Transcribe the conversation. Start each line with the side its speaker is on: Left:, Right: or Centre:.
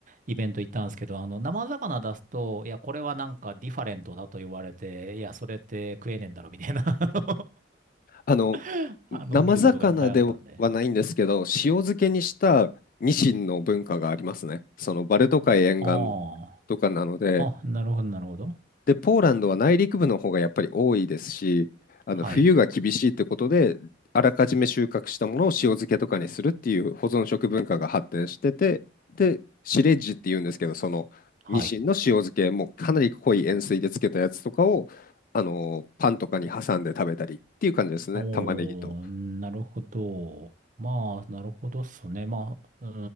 Right: イベント行ったんですけど、あの、生魚出すと、いや、これはなんかディファレントだと言われて、いや、それって食えねえんだろ、みたいな、あの、
Left: あの、
Right: <laughs> あの見ることがいっぱいあったんで。
Left: 生魚ではないんですけど、塩漬けにしたニシンの文化がありますね。そのバルト海沿岸
Right: あ
Left: とかなので、
Right: あ、あ、なるほど、なるほど。
Left: で、ポーランドは内陸部の方がやっぱり多いですし、あの冬が厳しいってことで、
Right: はい、
Left: あらかじめ収穫したものを塩漬けとかにするっていう保存食文化が発展してて、で、シレッジっていうんですけど、そのニシンの塩漬け、
Right: はい。
Left: もうかなり濃い塩水で漬けたやつとかを、あのパンとかに挟んで食べたりっていう感じですね、
Right: おー、
Left: 玉ねぎと。
Right: なるほど。まあ、なるほどっすね。まあ、う